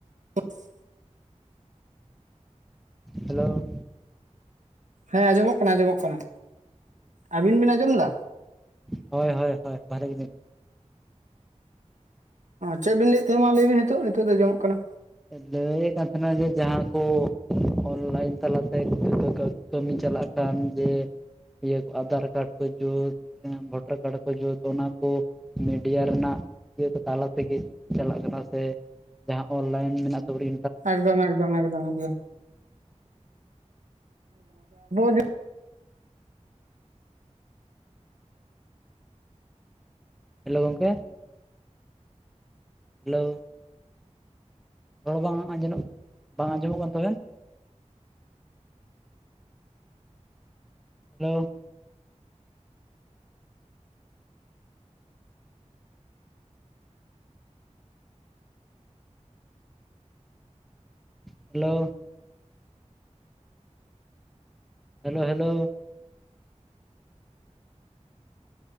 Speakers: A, on the right; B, in the centre.
A: <unintelligible>
B: ᱦᱮᱞᱳ
A: ᱦᱮᱸ ᱟᱸᱡᱚᱢᱚᱜ ᱠᱟᱱᱟ ᱟᱸᱡᱚᱢᱚᱜ ᱠᱟᱱᱟ ᱟᱵᱤᱱ ᱵᱤᱱ ᱟᱸᱡᱚᱢ ᱮᱫᱟ?
B: ᱦᱚᱭ ᱦᱚᱭ ᱵᱷᱟᱞᱮ <inaudible>
A: ᱪᱮᱫ ᱵᱤᱱ ᱞᱟᱹᱭᱮᱫ ᱛᱟᱦᱮᱸᱦᱫ ᱢᱟ ᱞᱟᱹᱭᱵᱤᱱ ᱱᱤᱛᱚᱜ ᱱᱤᱛᱚᱜᱜ ᱫᱚ ᱡᱚᱢᱚᱜ ᱠᱟᱱᱟ᱾
B: ᱞᱟᱹᱭᱮᱫ ᱠᱟᱱ ᱛᱟᱦᱮᱱᱟ ᱡᱮ ᱡᱟᱦᱟᱸ ᱠᱚ ᱚᱱᱞᱟᱭᱤᱱ ᱛᱟᱞᱟ ᱛᱮ ᱠᱟᱹ ᱠᱟᱹ ᱠᱟᱹᱢᱤ ᱪᱟᱞᱟᱜ ᱾ ᱠᱟᱱ ᱡᱮ ᱤᱭᱟᱹ ᱟᱫᱷᱟᱨ ᱠᱟᱨᱰ ᱠᱚ ᱡᱩᱛ ᱵᱷᱳᱴᱟᱨ ᱠᱟᱨᱰ ᱠᱚ ᱡᱩᱛ ᱚᱱᱟ ᱠᱚ᱾ ᱢᱤᱰᱤᱭᱟ ᱨᱮᱱᱟᱜ ᱤᱭᱟᱹ ᱛᱟᱞᱟ ᱛᱮᱜᱮ ᱪᱟᱞᱟᱜ ᱠᱟᱱᱟ ᱥᱮ ᱡᱟᱹᱦᱟ ᱚᱞ᱾ ᱞᱟᱤᱱ ᱢᱮᱱᱟᱜ ᱛᱟ ᱯᱚᱨᱮ᱾
A: ᱮᱠᱫᱚᱢ ᱮᱠᱫᱚᱢ ᱮᱠᱫᱚᱢ ᱟᱵᱚ <inaudible>
B: ᱦᱮᱞᱳ ᱜᱚᱝᱠᱮ ᱦᱮᱞᱳ ᱨᱚᱲ ᱵᱟᱝ ᱟᱸᱡᱚᱜ ᱵᱟᱝ ᱟᱸᱡᱚᱢᱚᱜ ᱠᱟᱱ ᱛᱟᱵᱮᱱ᱾ Hello hello hello hello